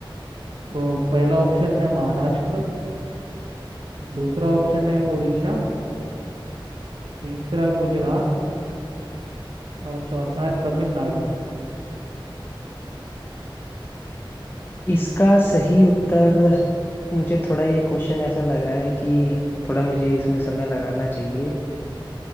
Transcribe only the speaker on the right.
तो पहला ऑप्शन है महाराष्ट्र दूसरा ऑप्शन है उड़ीसा तीसरा गुजरात और चौथा है तमिलनाडु